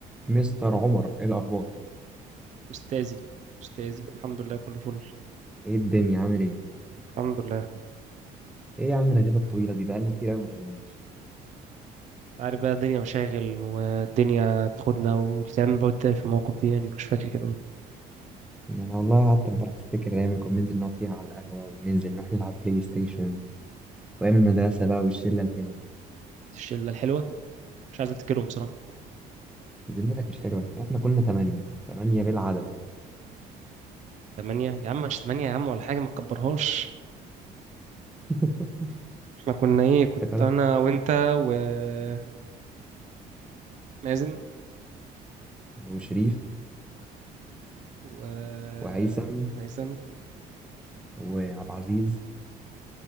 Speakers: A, in the centre; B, on the right.
A: مستر عمر ايه الاخبار
B: أستاذي أستاذي الحمد لله كله فل
A: ايه الدنيا عامل ايه
B: الحمد لله
A: ايه يا عم الغيبه الطويله دي بقالنا كتير قوي ما اتقابلناش
B: عارف بقى الدنيا مشاغل والدنيا تاخدنا والكلام اللي بقعد في المواقف دي يعني مش فاكر كان إيه
A: يعني انا والله قعدت امبارح افتكر الايام اللي كنا بننزل نقعد فيها على القهوه وننزل نروح نلعب بلاي ستيشن وايام المدرسه بقى والشله الحلوه
B: الشلة الحلوة مش عايز أفتكرهم بصراحة
A: وذمتك مش حلوه احنا كنا ثمانيه ثمانيه بالعدد
B: تمانية يا عم مش تمانية يا عم ولا حاجة ما تكبرهاش
A: <laughs>
B: احنا كنا إيه كنت
A: افتكرت
B: أنا وأنت وكريم مازن
A: وشريف
B: وهيثم
A: وهيثم وعبد العزيز